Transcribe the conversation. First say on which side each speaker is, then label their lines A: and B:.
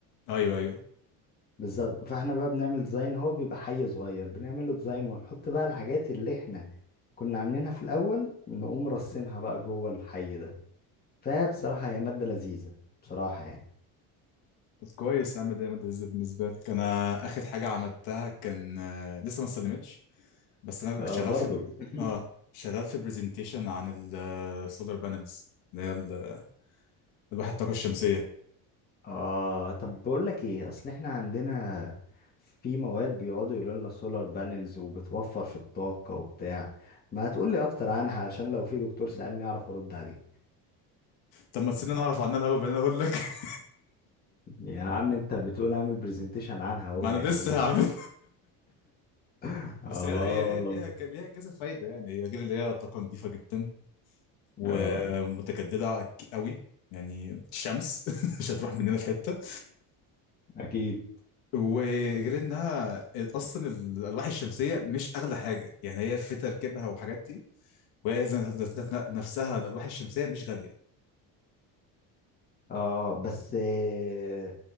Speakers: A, on the left (about 80°); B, on the left (about 25°).
A: ايوه ايوه
B: بالظبط فاحنا بقى بنعمل ديزاين هو بيبقى حي صغير بنعمل له ديزاين ونحط بقى الحاجات اللي احنا كنا عاملينها في الأول نقوم رصينها بقى جوه الحي ده فبصراحة هي مادة لذيذة بصراحة يعني
A: طب كويس عامل ايه يا مادة لذيذة بالنسبة لك؟ انا اخر حاجة عملتها كان آه، لسه ما استلمتش بس انا
B: آه
A: كنت شغال
B: برضو
A: في بر...
B: <laughs>
A: اه شغال في برزنتيشن عن السولار بانلز اللي هي ال- آه، الواحد الطاقة الشمسية
B: اه طب بقول لك ايه اصل احنا عندنا في مواد بيقعدوا يقولوا لنا سولار بانلز وبتوفر في الطاقة وبتاع ما هتقول لي اكتر عنها عشان لو في دكتور سألني اعرف ارد عليه
A: طب ما تسيبني انا اعرف عنها الاول بعدين اقول لك <laughs>
B: يا عم انت بتقول اعمل برزنتيشن عنها اهو
A: ما
B: يعني
A: انا لسه هعمل
B: <laughs>
A: بس
B: اه
A: هي هي ليها ليها ك- ليها كذا فايدة يعني هي غير اللي هي طاقة نظيفة جدا ومتجددة
B: اه
A: ك- قوي يعني الشمس <laughs> مش هتروح مننا في حتة
B: اكيد
A: وغير انها اصلا الالواح الشمسية مش اغلى حاجة يعني هي في تركيبها وحاجات دي وهي ذات- ذات- ذات نفسها الالواح الشمسية مش غالية
B: اه بس آه،